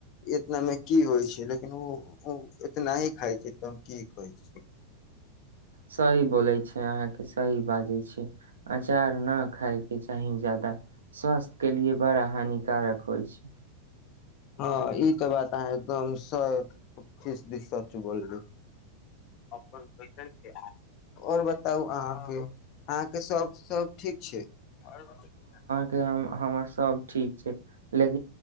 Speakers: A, on the left; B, on the right.
A: इतनामे की होइ छै लेकिन ओ ओ इतना ही खाइ छै तऽ हम की कहै छी
B: सही बोलै छै अहाँके सही बाजै छैयै चार ना खाएके चाही जादा स्वास्थ्य के लि बड़ा हानि कारक होय छै
A: हँ ई त बात अहाँ एकदम सी सच बोले आओर बताउ अहाँके अहाँके सब सब ठीक छै और बताउ न आहाँ के
B: के हम हमर सब ठीक छै लेक